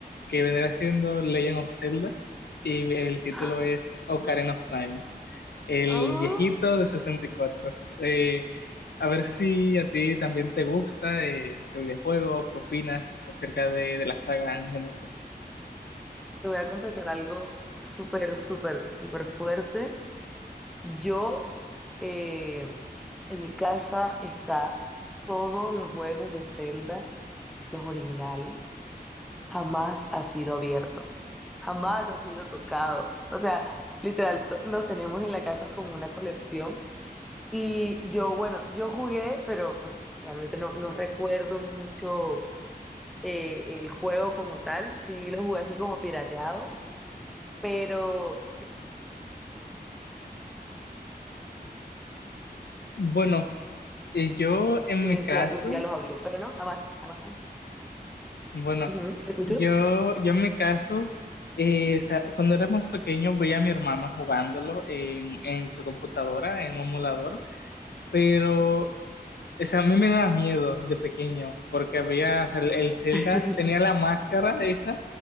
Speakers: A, on the left (about 80°); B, in the centre.
A: que vendría siendo Legend of Zelda y el título
B: ¡Ah!
A: es Ocarina of Time, el
B: ¡Ay!
A: viejito de 64. Eh, a ver si a ti también te gusta eh, ese videojuego, qué opinas acerca de, de la saga en general.
B: Te voy a confesar algo súper, súper, súper fuerte. Yo, eh, en mi casa está todos los juegos de Zelda, los originales, jamás ha sido abierto, jamás ha sido tocado. O sea, literal, to- los tenemos en la casa como una colección. Y yo, bueno, yo jugué, pero pues realmente no, no recuerdo mucho eh, el juego como tal. Sí lo jugué así como pirateado pero
A: Bueno, eh, yo en
B: yo
A: mi
B: decía,
A: caso,
B: algún día los abriré, pero no, jamás, jamás, jamás.
A: bueno,
B: Ujú, ¿Te escucho?
A: yo, yo en mi caso, eh, o sea, cuando era más pequeño veía a mi hermano jugándolo en, en su computadora, en un emulador, pero O sea, a mí me daba miedo de pequeño, porque había, o sea, el, el Zelda
B: <laughs>
A: tenía la máscara esa,